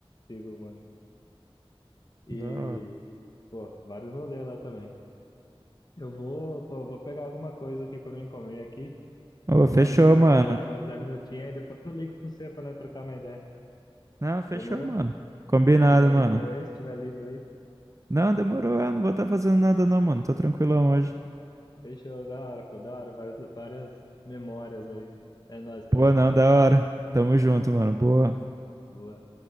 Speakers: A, on the left; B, on the right.
A: sigo, mano. E,
B: Da hora.
A: pô, vários rolês lá também. Eu vou, pô, eu vou pegar alguma coisa aqui pra mim comer aqui,
B: Ô, fechou,
A: ir lá no banheiro
B: mano.
A: lá, dar uns 10 minutinhos, e depois eu ligo pro você pra nós trocar uma ideia.
B: Não, fechou,
A: Demorou?
B: mano.
A: Se
B: Combinado,
A: tiver
B: mano.
A: de boa aí, se tiver livre aí,
B: Não, demorou. Ah, não vou estar fazendo nada, não, mano. Tô tranquilão hoje.
A: fechou, da hora, pô, da hora, várias, várias memórias aí. É nóis, Fred,
B: Pô, não,
A: valeu.
B: da hora. Tamo junto, mano. Boa.
A: Boa.